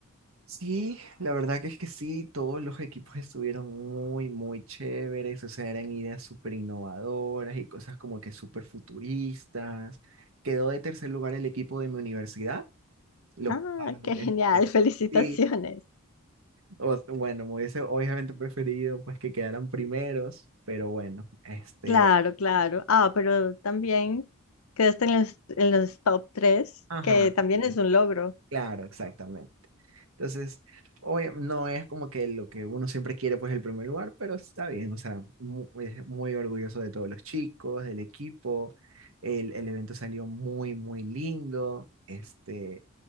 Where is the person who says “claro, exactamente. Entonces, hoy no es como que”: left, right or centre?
Right